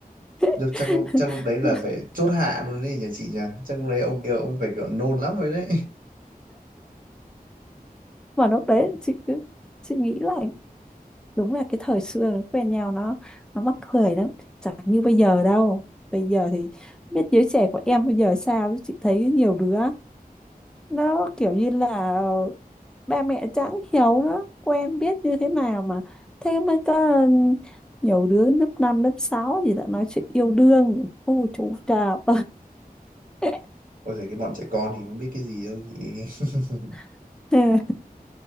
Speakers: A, on the right (about 60°); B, in the centre.
A: được
B: <laughs>
A: chắc lúc chắc lúc đấy là phải chốt hạ luôn đấy nhà chị nhỉ chắc lúc đấy ông kia ông phải kiểu nôn lắm rồi đấy
B: mà lúc đấy chị cứ chị nghĩ lại đúng là cái thời xưa nó quen nhau nó nó mắc cười lắm chẳng như bây giờ đâu bây giờ thì không biết giới trẻ của em bây giờ sao chứ chị thấy nhiều đứa nó kiểu như là ba mẹ chẳng hiểu nó quen biết như thế nào mà thế mới có um, nhiều đứa lớp 5 lớp 6 gì đã nói chuyện yêu đương ô chú chào <laughs>
A: <laughs> ôi giời cái bọn trẻ con thì nó biết cái gì đâu chị <laughs>
B: <laughs>